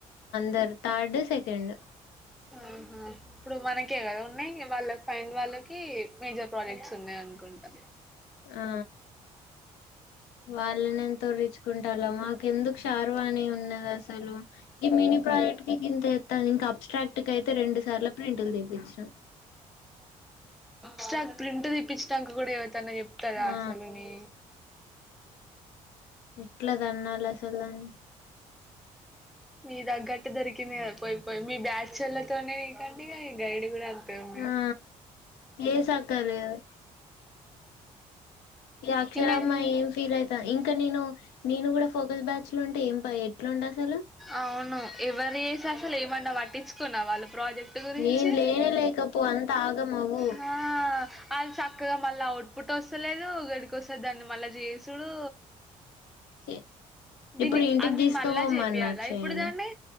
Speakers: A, on the left (about 75°); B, in the centre.
A: దర్ థార్డ్ సెకెండ్
B: ఆహా ఇప్పుడు మనకే కద ఉన్నాయ్ వాళ్ళ ఫైన్ వాళ్ళకి మేజర్ ప్రాజెక్ట్స్ ఉన్నాయనుకుంటా.
A: ఆ వాల్లనెంతూరిచ్చుకుంటాలో మాకు ఎందుకు శార్వాణి ఉన్నేదసలు ఈ మిని ప్రాజెక్ట్ కి ఇంతతెత్తది ఇంక అబ్స్ట్రాక్ట్ కైతే రెండు సార్ల ప్రింటుల్ తీపిచ్చినాం
B: స్ట్రాక్ ప్రింటు తీపించ్చినంక కూడా ఎవ తన్న చెప్తదా
A: ఆ
B: అసలు నీ
A: ఇట్ల తన్నాలసలు దాన్ని
B: మీ తగ్గట్టు దొరికిందిగ పోయిపోయి మీ బ్యాచొల్లతోనే ఇకండి <unintelligible> గైడ్ కూడా ఉన్నది
A: ఆ ఏం సక్కగ లేదు ఈ అక్షరమ్మ
B: నేను
A: ఏం ఫీల్ అయితా ఇంకా ఇంక నెను నేను కూడ ఫోకస్ బ్యాచ్ లో ఉంటే ఏం ఎట్లాండ అసలు
B: అవును ఎవరేసి అసలు ఏమన్నా పట్టించుకున్నా వాళ్ళు ప్రాజెక్ట్ గురించి
A: ఏం లేనే లేకపో అంత ఆగం అవ్వు
B: హా ఆల్ సక్కగా మళ్ళా అవుట్ పుట్ వస్తలేదు గడి ఇంకోసారి దాన్ని మళ్ళా చేసుడు
A: ఇచ్చె
B: దీన్ని
A: ఇప్పుడు ఇంటికి
B: అన్ని
A: తీసుకొపోమన్న
B: మళ్ళా చేపియాలా
A: అక్షయని
B: ఇప్పుడు దాన్ని